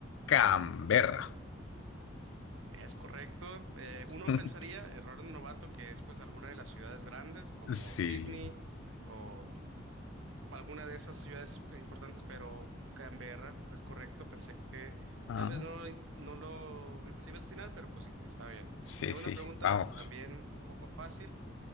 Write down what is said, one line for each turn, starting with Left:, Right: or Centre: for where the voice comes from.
Left: Canberra.
Right: Es correcto. Eh, uno
Left: <laughs>
Right: pensaría, error de novato, que es pues alguna de las ciudades grandes como
Left: Sí.
Right: Sydney o alguna de esas ciudades importantes, pero Canberra es correcto. Pensé que
Left: Ah.
Right: tal vez no, lo- no lo le ibas a atinar, pero pues sí, está bien.
Left: Sí,
Right: Segunda
Left: sí.
Right: pregunta,
Left: Vamos.
Right: también un poco fácil.